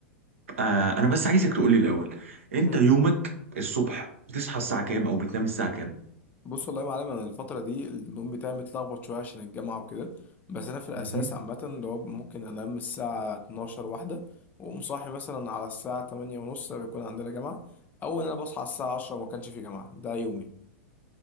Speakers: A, on the right (about 75°); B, on the left (about 25°).
A: آه انا بس عايزك تقولي الاول انت
B: لي
A: يومك الصبح بتصحى الساعه كام او بتنام الساعه كام
B: بص والله يا معلم انا الفتره دي النوم بتاعي متلخبط شويه عشان الجامعه وكده بس انا في الاساس
A: مهم.
B: عامه اللي هو ممكن انام الساعه 12 واحده واقوم صاحي مثلا على الساعه 8 ونص بيكون عندنا جامعه او ان انا بصحى على الساعه 10 وما كانش في جامعه ده يومي